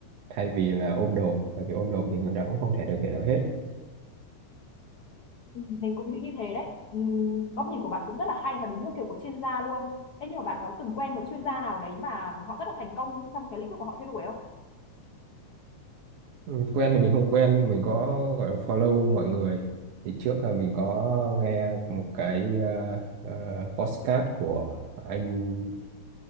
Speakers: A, on the right; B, on the left.
A: thay vì là ôm đồm bởi vì ôm đồm thì người ta cũng không thể thực hiện được hết
B: Ừ, Mình cũng nghĩ như thế đấy. Ừm, Góc nhìn của bạn cũng rất là hay và đúng như kiểu của chuyên gia luôn. Thế nhưng mà bạn có từng quen một chuyên gia nào đấy mà họ rất là thành công trong cái lĩnh vực của họ theo đuổi không?
A: Ừ, quen thì mình không quen nhưng mình có gọi là follow mọi người thì trước là mình có nghe một cái ờ, ờ, podcast của anh